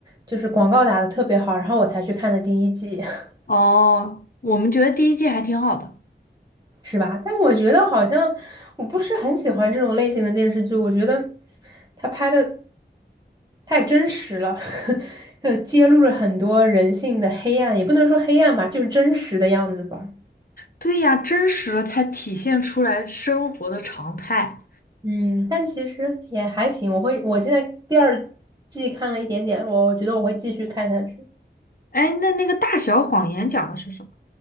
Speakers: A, on the right; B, on the left.
A: 就是广告打的特别好，然后我才去看的第一季。<laughs>
B: 哦，我们觉得第一季还挺好的。
A: 是吧？但我觉得好像我不是很喜欢这种类型的电视剧，我觉得他拍的太真实了，<laughs> 呃，揭露了很多人性的黑暗，也不能说黑暗吧，就是真实的样子吧。
B: 对呀，真实了才体现出来生活的常态。
A: 嗯，但其实也还行，我会，我现在第二季看了一点点，我觉得我会继续看下去。
B: 哎，那那个《大小谎言》讲的是什么？